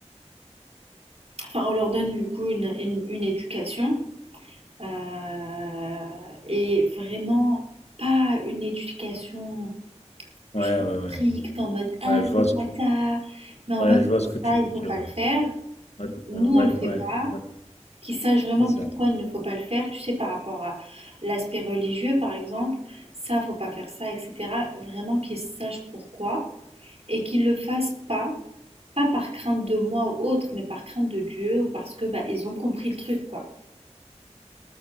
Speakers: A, on the right; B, on the left.
A: enfin, on leur donne du coup une, une- une éducation euh, et vraiment pas une éducation
B: ouais,
A: stricte
B: ouais, ouais.
A: en mode, ah,
B: Ouais, je vois
A: c'est
B: ce que,
A: pas ça, mais en
B: ouais,
A: mode,
B: je vois ce que tu
A: ça, il
B: veux
A: faut
B: dire.
A: pas
B: Ouais,
A: le faire.
B: ouais,
A: Nous,
B: euh, ouais.
A: on le fait
B: ouais.
A: pas.
B: Ouais.
A: Qui sachent vraiment
B: Exact.
A: pourquoi il ne faut pas le faire, tu sais, par rapport à l'aspect religieux, par exemple, ça, faut pas faire ça, etc. Vraiment qu'ils sachent pourquoi et qu'ils le fassent pas, pas par crainte de moi ou autre, mais par crainte de Dieu ou parce que bah, ils ont compris le truc, quoi.